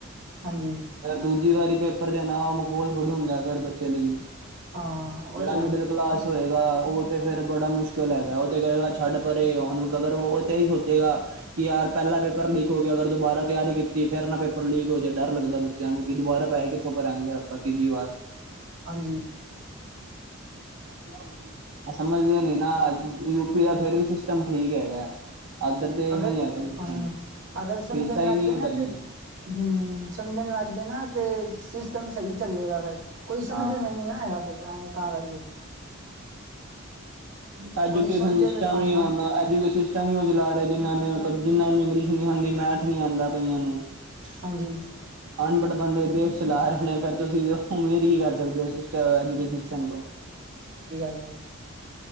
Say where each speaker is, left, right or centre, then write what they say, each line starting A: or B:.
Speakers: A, on the right; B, on the right.
A: ਹਾਂਜੀ।
B: ਫੇਰ ਦੂਜੀ ਵਾਰੀ ਪੇਪਰ ਦੇਨਾਂ ਮਖੌਲ ਥੋੜੀ ਹੁੰਦਾ ਫੇਰ ਬੱਚੇ ਲਈ।
A: ਹਾਂ ਉਹ
B: ਜੇੜਾ
A: ਤੇ
B: ਮਿਡਲ
A: ਹੈ
B: ਕਲਾਸ ਹੋਏਗਾ ਓ ਤੇ ਫੇਰ ਬੜਾ ਮੁਸ਼ਕਲ ਹੈਗਾ, ਓ ਤੇ ਕਏਗਾ ਛੱਡ ਪਰੇ ਹੋਨ ਅਗਰ ਓ ਓਤੇ ਏਈ ਸੋਚੇਗਾ ਕਿ ਯਾਰ ਪੇਲਾ ਪੇਪਰ ਲੀਕ ਹੋ ਗੇਆ, ਅਗਰ ਦੁਬਾਰਾ ਤਿਆਰੀ ਕੀਤੀ ਕੀ ਫਿਰ ਨਾ ਪੇਪਰ ਲੀਕ ਹੋ ਜਾਏ ਡਰ ਲੱਗਦਾ ਬੱਚੇਆਂ ਨੂੰ ਕਿ ਦੁਬਾਰਾ ਪੈਹੇ ਕਿੱਥੋਂ ਭਰਾਂਗੇ ਫਿਰ ਆਪਾਂ ਤੀਜੀ ਵਾਰ।
A: ਹਾਂਜੀ।
B: ਹ <unintelligible> ਏ ਸਮਂਝਦੇ ਨੀ- ਨਾ, ਯੂਪੀ ਦਾ ਫੇਰ ਵੀ ਸਿਸਟਮ ਠੀਕ ਹੈਗਾ। ਇੱਧਰ ਤੇ ਇਵੇਂ
A: ਅਗਰ
B: ਹੈਗਾ ਸਿਸਟਮ।
A: ਹਮ ਅਗਰ ਸਮਂਝਣ
B: ਫੀਸਾਂ ਹੀ
A: ਲੱਗ
B: ਨਹੀਂ
A: ਗਏ
B: ਵਧਾਈਆਂ
A: ਨਾ ਤੇ ਹਮ ਸਮਂਝਣ ਲੱਗ ਗਏ ਨਾ ਤੇ, ਸਿਸਟਮ ਸਈ ਚੱਲੇਗਾ ਫੇਰ। ਕੋਈ ਸਮਂਝਦਾ
B: ਹਾਂ
A: ਨਈ ਨਾ ਹੈਗਾ ਫਿਰ ਤਾਂ ਕਰਕੇ।
B: ਐਜੂਕੇਸ਼ਨ
A: ਕੋਈ ਸਮਝੇ
B: ਸਿਸਟਮ
A: ਤੇ ਤਾਂ
B: ਵੀ
A: ਨਾ
B: ਓਨਾ ਐਜੂਕੇਸ਼ਨ ਸਿਸਟਮ ਈ ਓਨਾ ਚਲ ਰਏ ਜਿਨਾਂ ਨੂੰ -ਜਿੰਨਾਂ ਨੂੰ ਇੰਗਲਿਸ਼ ਨਈ ਆਂਦੀ, ਮੈਥ ਨੀ ਆਂਦਾ ਕਈਆਂ ਨੂੰ
A: ਹਾਂਜੀ।
B: ਅਨਪੜ੍ਹ ਬੰਦੇ ਦੇਸ਼ ਚਲਾ ਰਹੇ ਨੇ ਫੇਰ ਤੁਸੀਂ ਉਮੀਦ ਕੀ ਕਰ ਸਕਦੇ ਹੋ ਸਿਸਟ, ਐਜੂਕੇਸ਼ਨ ਸਿਸਟਂਮ ਤੋਂ।
A: ਲੈ